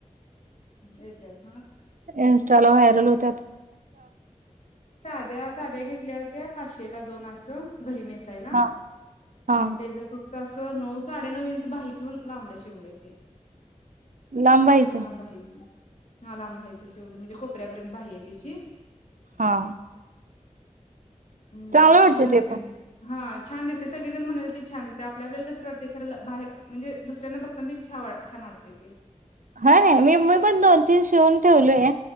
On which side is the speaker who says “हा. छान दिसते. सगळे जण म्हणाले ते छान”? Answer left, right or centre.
Left